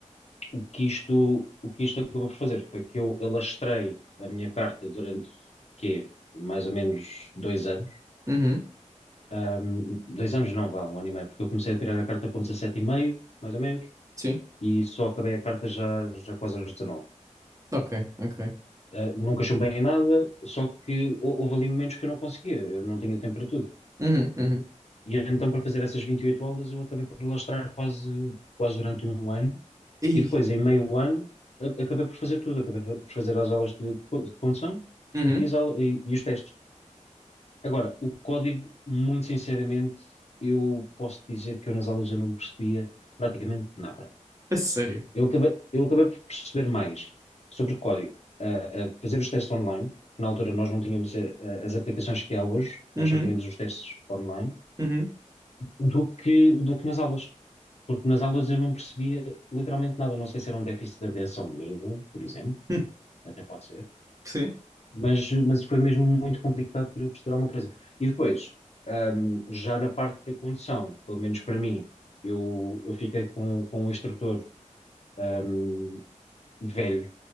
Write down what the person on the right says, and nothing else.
uhum,
sim.
Ok, ok.
Uhum, uhum.
Ih.
Uhum.
A sério?
Uhum,
uhum,
hum,
sim,